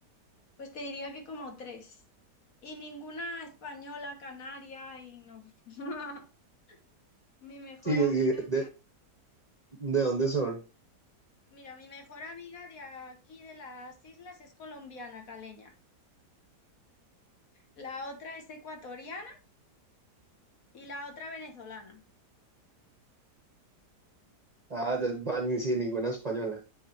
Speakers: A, on the left; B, on the right.
A: pues te diría que como tres. Y ninguna española, canaria, y no. <laughs> Mi mejor
B: Sí,
A: amiga
B: de,
A: de, a-
B: ¿De dónde son?
A: mira, mi mejor amiga de aquí de las islas es colombiana, caleña. La otra es ecuatoriana y la otra venezolana.
B: Ah, ya, va, ni sin ninguna española.